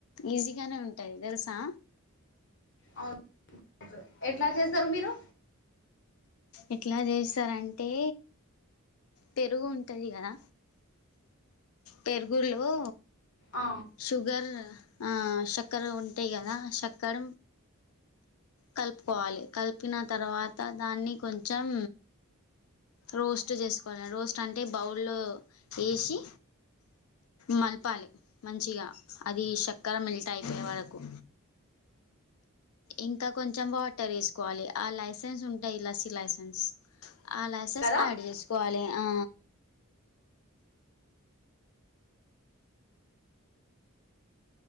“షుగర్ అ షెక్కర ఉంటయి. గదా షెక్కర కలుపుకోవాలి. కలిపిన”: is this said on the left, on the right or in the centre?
Left